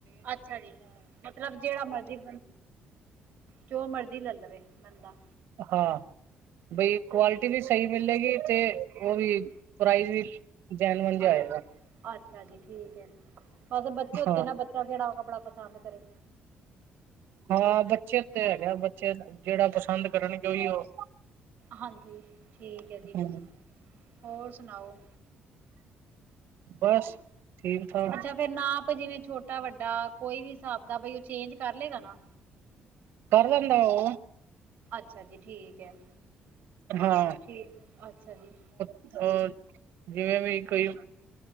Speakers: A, on the right; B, on the right.
A: ਅੱਛਾ ਜੀ, ਮਤਲਬ ਜਿਹੜਾ ਮਰਜ਼ੀ ਜੋ ਮਰਜ਼ੀ ਲੈ ਲਵੇ ਬੰਦਾ
B: ਹਾਂ ਬਈ ਕੁਵਾਲਿਟੀ
A: ਜੀ
B: ਵੀ ਸਹੀਂ ਮਿਲੇਗੀ, ਤੇ ਉਹ
A: ਹਾਂਜੀ
B: ਵੀ ਪ੍ਰਾਈਜ਼ ਵੀ ਜੈਨ ਮੰਜ
A: ਹਾਂ
B: ਆਏਗਾ।
A: ਅੱਛਾ ਜੀ ਠੀਕ ਹੈ, ਬਸ ਬੱਚੇ ਉੱਤੇ
B: ਹਾਂ
A: ਨਾ ਬੱਚਾ ਕਿਹੜਾ ਕੱਪੜਾ ਪਸੰਦ ਕਰੇ।
B: ਹਾਂ ਬੱਚੇ ਤੇ ਹੈਗੇ, ਬੱਚੇ ਜਿਹੜਾ ਪਸੰਦ ਕਰਨਗੇ, ਉਹੀ ਉਹ
A: ਹਾਂਜੀ ਠੀਕ ਹੈ ਜੀ,
B: ਹੂੰ
A: ਹੋਰ ਸੁਣਾਓ?
B: ਬਸ। ਠੀਕ ਠਾਕ
A: ਅੱਛਾ ਫੇਰ ਨਾਪ ਜਿਵੇਂ ਛੋਟਾ ਵੱਡਾ ਕੋਈ ਵੀ ਹਿਸਾਬ ਦਾ, ਬਈ ਉਹ ਚੇਂਜ ਕਰ ਲਏਗਾ ਨਾ।
B: ਕਰ ਦਿੰਦਾ ਓ।
A: ਅੱਛਾ ਜੀ ਠੀਕ ਹੈ।
B: ਹਾਂ।
A: ਠੀਕ, ਅੱਛਾ ਜੀ।
B: ਹੋਰ, ਜਿਵੇਂ ਵੀ ਕੋਈ